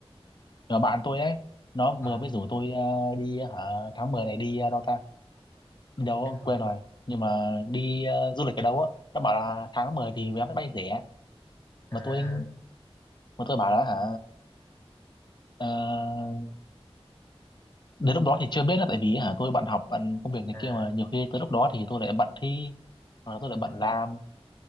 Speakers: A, on the left (about 45°); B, on the left (about 25°).
A: nhỏ bạn tôi ấy, nó
B: à
A: vừa mới rủ tôi ờ, đi à, hả, tháng 10 này đi ờ, đâu ta? đâu
B: tháng 10
A: quên rồi nhưng mà đi ờ, du lịch ở đâu á nó bảo là tháng 10 thì vé máy bay rẻ
B: à
A: mà tôi mà tôi bảo là hả ờ, đến lúc đó thì chưa biết là tại vì hả tôi bận học bận công việc này
B: à
A: kia mà nhiều khi tới lúc đó thì tôi lại bận thi hoặc là tôi
B: bệnh
A: lại bận làm